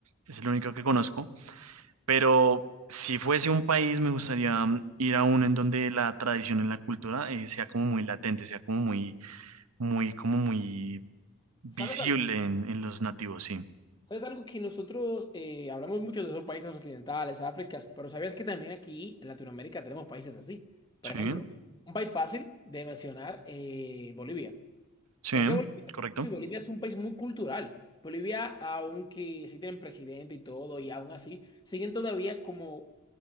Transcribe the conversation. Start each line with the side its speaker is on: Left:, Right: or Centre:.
Right: es el único que conozco Pero si fuese un país, me gustaría mm, ir a uno en donde la tradición y la cultura eh, sea como muy latente, sea como muy, muy, como muy visible
Left: ¿Sabes algo?
Right: en, en los nativos, sí.
Left: ¿Sabes algo que nosotros eh, hablamos mucho de esos países occidentales, África, pero sabías que también aquí en Latinoamérica tenemos países así? Por
Right: Sí,
Left: ejemplo, un país fácil de mencionar, eh, Bolivia.
Right: sí,
Left: ¿Por qué Bolivia?
Right: correcto.
Left: Sí, Bolivia es un país muy cultural. Bolivia, aunque sí tienen presidente y todo, y aún así, siguen todavía como,